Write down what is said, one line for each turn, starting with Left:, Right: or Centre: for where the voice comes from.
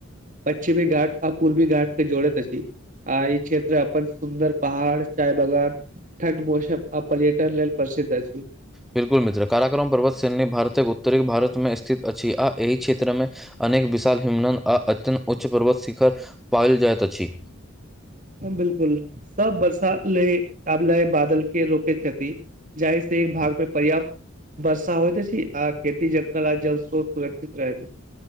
Right: पश्चिमी घाट आ पूर्वी घाट के जोड़त अछि। आ ई क्षेत्र अपन सुन्दर पहाड़ चाय बगान ठण्ड मौसम आ पर्यटन लेल प्रसिद्ध अछि।
Centre: बिल्कुल मित्र काराकोरम पर्वत श्रेणी भारतक उत्तरी भारतमे स्थित अछि, आ एहि क्षेत्रमे अनेक विशाल हिमनन आ अत्यन्त उच्च पर्वत शिखर पायल जाइत अछि।
Right: बिलकुल, सब बरसात ले आब लय बादल के रोकैत छथि। जाहि से एक भाग पे पर्याप्त वर्षा होइत अछि आ खेती जंगल आ जल स्रोत सुरक्षित रहैत अछि।